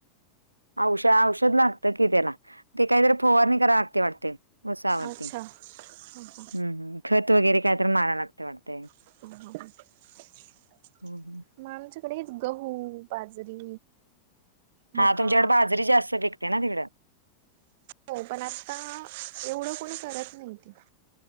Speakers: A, on the right; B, on the right.
A: औष औषध लागत की त्याला ते काहीतरी फोवारणी करा लागते वाटते ऊसावर
B: अच्छा
A: ती
B: ह ह
A: हम्म, हम्म खत वगैरे काय तर मारा लागते वाटतय.
B: ह <inaudible>
A: हम हम <unintelligible>
B: मग आमच्याकडेच गहू, बाजरी
A: हा
B: मका
A: तुमच्याकड, बाजरी जास्त पीकते ना तिकडं.
B: हो पण आता एवढं कोणी करत नाही तिला.